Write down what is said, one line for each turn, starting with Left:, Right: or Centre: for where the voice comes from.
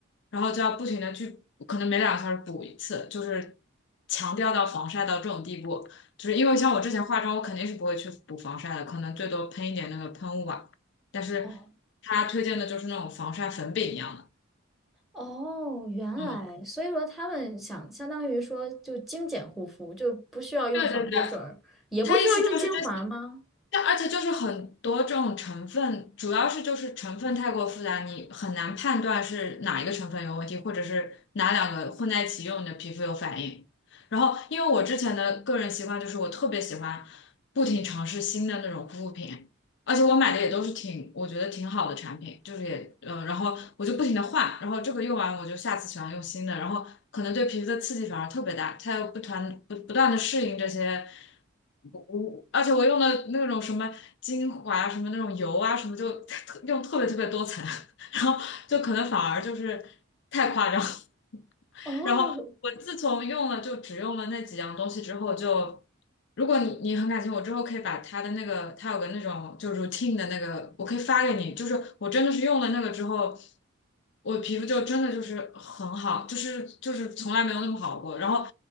Left: 然后就要不停的去，可能每两个小时补一次，就是强调到防晒到这种地步，就是因为像我之前化妆，我肯定是不会去补防晒的，可能最多喷一点那个喷雾吧，但是他推荐的就是那种防晒粉饼一样的。
Centre: 哦。哦，原来，
Left: 嗯，
Centre: 所以说他们想相当于说就精简护肤，就不需要用爽肤水儿也不需要用精华吗？
Left: 对对对，他意思就是这但而且就是很多这种成分，主要是就是成分太过复杂，你很难判断是哪一个成分有问题，或者是哪两个混在一起用你的皮肤有反应。然后，因为我之前的个人习惯就是我特别喜欢不停尝试新的那种护肤品，而且我买的也都是挺，我觉得挺好的产品，就是也，嗯，然后我就不停的换，然后这个用完我就下次喜欢用新的，然后可能对皮肤的刺激反而特别大，它要不团不不断的适应这些，我我，而且我用的那种什么精华啊什么那种油啊什么就 <laughs> 用特别特别多层，<laughs> 然后就可能反而就是太夸张，<laughs>
Centre: 哦，
Left: 然后我自从用了就只用了那几样东西之后就。如果你你很感谢我之后可以把他的那个，他有个那种就是 routine 的那个，我可以发给你。就是我真的是用了那个之后，我皮肤就真的就是很好，就是就是从来没有那么好过。然后